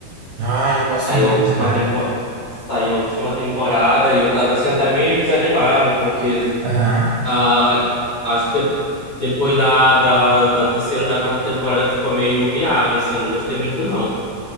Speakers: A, on the right; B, on the left.
A: Ai, eu gosto
B: Saiu
A: muito,
B: a última
A: cara.
B: temporada. Saiu a última temporada e eu tava assim até meio desanimado, porque
A: Aham.
B: Ah, acho que de- depois da, da, da terceira ou da quarta temporada ficou meio miado, assim, não gostei muito, não.